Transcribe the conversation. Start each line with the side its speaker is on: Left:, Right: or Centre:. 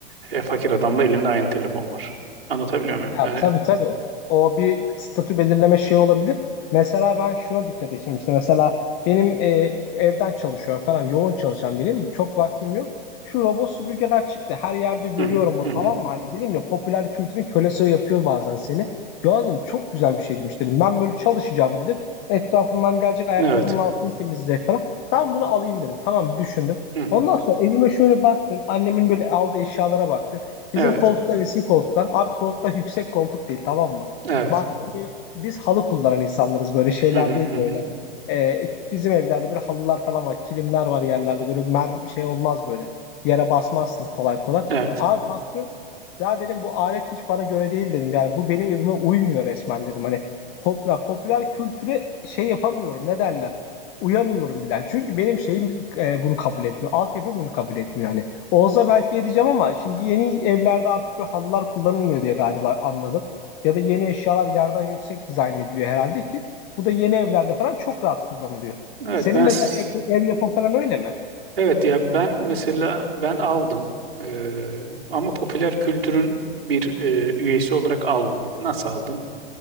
Right: e, fakir adamla elinde aynı telefon var. Anlatabiliyor muyum?
Left: Ya
Right: Yani
Left: tabii tabii. O bir statü belirleme şey olabilir. Mesela ben şuna dikkat ettim işte. Mesela benim e, evden çalışıyorum falan. Yoğun çalışan biriyim. Çok vaktim yok. Şu robot süpürgeler çıktı. Her yerde görüyorum
Right: hı hı
Left: bunu
Right: hı hı.
Left: tamam mı? Hani dedim ya popüler kültürün kölesi yapıyor bazen seni. Ya dedim çok güzel bir şeymiş dedim. Ben böyle çalışacağım dedim. Etrafımdan gelecek ayaklarımın
Right: Evet.
Left: altını temizleyecek falan. Ben bunu alayım dedim. Tamam bir düşündüm.
Right: Hı hı.
Left: Ondan sonra evime şöyle baktım. Annemin böyle aldığı eşyalara baktım. Bizim
Right: Evet.
Left: koltuklar eski koltuklar. Abi koltuklar yüksek koltuk değil tamam mı?
Right: Evet.
Left: Baktım böyle biz halı kullanan insanlarız böyle şeyler
Right: Hı hı
Left: değil
Right: hı
Left: böyle.
Right: hı.
Left: Ee, bizim evlerde böyle halılar falan var. Kilimler var yerlerde böyle mer şey olmaz böyle. Yere basmazsın kolay kolay.
Right: Evet.
Left: Abi baktım ya dedim bu alet hiç bana göre değil dedim. Yani bu benim evime uymuyor resmen dedim. Hani pop, ya popüler kültüre şey yapamıyorum ne derler. Uyamıyorum bile. Çünkü benim şeyim e, bunu kabul etmiyor. Altyapım bunu kabul etmiyor yani. Olsa belki edeceğim ama şimdi yeni evlerde artık böyle halılar kullanılmıyor diye galiba anladım. Ya da yeni eşyalar yerden yüksek dizayn ediliyor herhalde ki bu da yeni evlerde falan çok rahat kullanılıyor.
Right: Evet
Left: Senin
Right: ben
Left: mesela
Right: s-
Left: ev, ev yapın falan öyle mi?
Right: Evet ya ben mesela ben aldım Ee, ama popüler kültürün bir e, üyesi olarak almadım. Nasıl aldım?